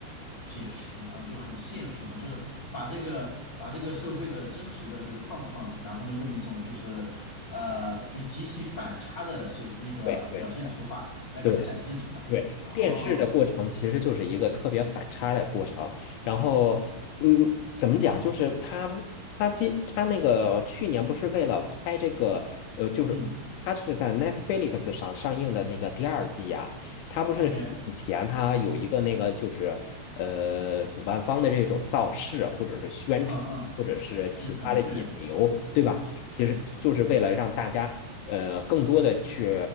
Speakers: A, on the left; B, on the left.
A: 写实啊，就很现实嘛，就是把这个把这个社会的真实的这个状况，然后呢，用一种就是呃比极其反差的写那个表现手法来给它展现出来。
B: 对对对对。对，
A: 哦，
B: 电视的过程其实就是一个特别反差的过程。然后，嗯，怎么讲？就是他他今他那个去年不是为了拍这个，呃，就是他是在
A: 嗯
B: Netflix 上上映的那个第二季呀、他不是以前他有一个那个就是呃主办方的这种造势或者是宣传或者是其他的引流，
A: ，OK，嗯嗯，宣传，对
B: 对吧？其实就是为了让大家呃更多的去
A: 对，